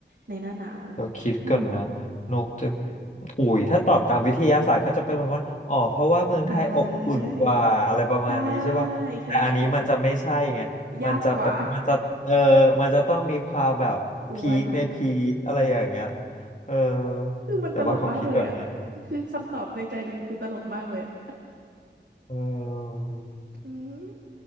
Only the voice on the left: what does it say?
เราคิดก่อนนะ
นกจะอุ๋ยถ้าตอบตามวิทยาศาสตร์ก็จะเป็นประมาณว่าอ๋อเพราะว่าเมืองไทยอบอุ่นกว่าอะไรประมาณนี้ใช่ป่ะแต่อันนี้มันจะไม่ใช่ไงมันจะเป็นมันจะเออมันจะต้องมีความแบบพีคในพีคอะไรอย่างเงี้ย
เออ
แต่ว่าขอคิดก่อนนะ
เออ